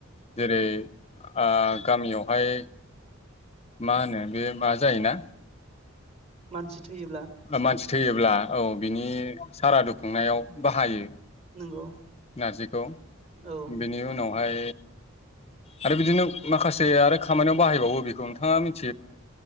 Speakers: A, on the left; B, on the right.
A: जेरै आ गामियाव। हाय मा होनो बे मा जायोना।
B: मानसि। थैयोब्ला
A: मानसि थैयोब्ला औ बिनि सारा दख खुंनायाव बाहायो
B: नंगौ
A: नारजिखौ
B: औ
A: बेनि उनाव। ओमफाय आरो बिदिनो माखासे आरो खामानियाव बाहायबावो बेखौ नोंथाङा मि